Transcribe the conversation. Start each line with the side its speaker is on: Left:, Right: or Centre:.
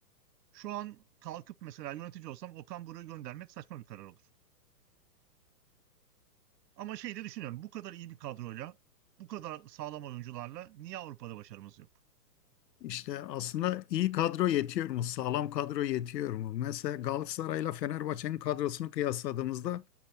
Right: Şu an kalkıp mesela yönetici olsam Okan Buruk'u göndermek saçma bir karar olur. Ama şey de düşünüyorum bu kadar iyi bir kadroyla bu kadar sağlam oyuncularla niye Avrupa'da başarımız yok?
Left: İşte aslında iyi kadro yetiyor mu? Sağlam kadro yetiyor mu? Mesela Galatasaray'la Fenerbahçe'nin kadrosunu kıyasladığımızda